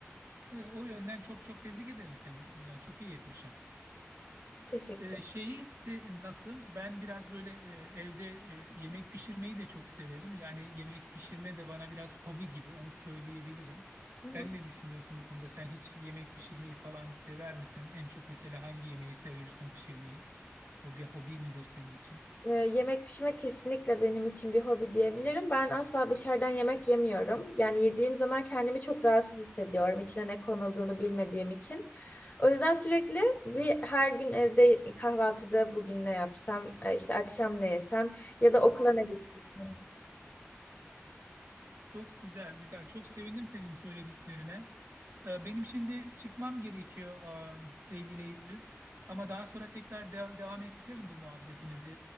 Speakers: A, on the right (about 65°); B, on the left (about 35°).
A: E, o yönden çok çok tebrik ederim seni. Yani çok iyi yetmişsin.
B: Teşekkür
A: E, şeyi se- nasıl? Ben biraz böyle e, evde e, yemek pişirmeyi de çok severim. Yani yemek pişirme de bana biraz hobi gibi onu söyleyebilirim. Sen
B: ederim.
A: ne düşünüyorsun bu konuda? Sen hiç yemek pişirmeyi falan sever misin? En çok mesela hangi yemeği seviyorsun pişirmeyi? O bir hobi midir senin için?
B: Ee, yemek pişirmek kesinlikle benim için bir hobi diyebilirim. Ben asla dışarıdan yemek yemiyorum. Yani yediğim zaman kendimi çok rahatsız hissediyorum. içine ne konulduğunu bilmediğim için. O yüzden sürekli bir her gün evde kahvaltıda bugün ne yapsam, e, işte akşam ne yesem ya da okula ne götürsem.
A: Çok güzel, güzel. Çok sevindim senin söylediklerine. Ee, Benim şimdi çıkmam gerekiyor e, sevgili Eylül. Ama daha sonra tekrar de- devam ettirelim bu muhabbetimizi.